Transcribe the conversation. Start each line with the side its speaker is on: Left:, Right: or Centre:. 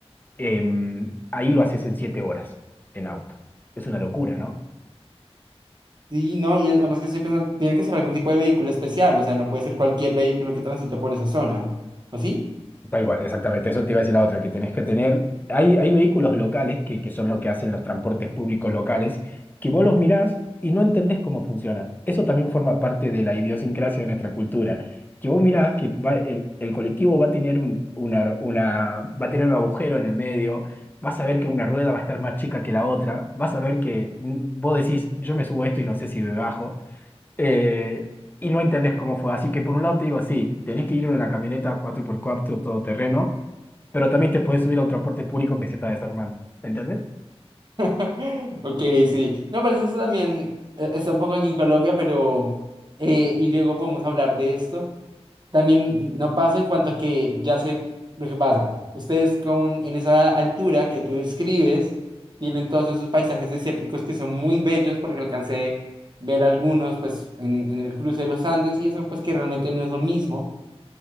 Left: Em, ahí lo haces en 7 horas, en auto. Es una locura, ¿no?
Right: Sí, no, y además que estoy pensando, tiene que ser algún tipo de vehículo especial, o sea, no puede ser cualquier vehículo que transite por esa zona. ¿O sí?
Left: Tal cual, exactamente. Eso te iba a decir la otra, que tenés que tener. Hay, hay vehículos locales que, que son lo que hacen los transportes públicos locales, que vos los mirás y no entendés cómo funcionan. Eso también forma parte de la idiosincrasia de nuestra cultura. Que vos mirás que va- el, el colectivo va a tener un, una, una- va a tener un agujero en el medio, vas a ver que una rueda va a estar más chica que la otra, vas a ver que mm, vos decís, yo me subo a esto y no sé si me bajo eh, y no entendés cómo fue. Así que por un lado te digo, sí, tenés que ir en una camioneta 4x4 todoterreno, pero también te podés subir a un transporte público que se está desarmando. ¿Entendés?
Right: <laughs> Ok, sí. No, pero eso también eh, está un poco aquí en Colombia, pero... eh, y luego podemos hablar de esto. También no pasa en cuanto a que ya sé lo que pasa. Ustedes con, en esa altura que tú describes, tienen todos esos paisajes desérticos que son muy bellos porque alcancé ver algunos pues en, en el cruce de los Andes y eso pues que realmente no es lo mismo.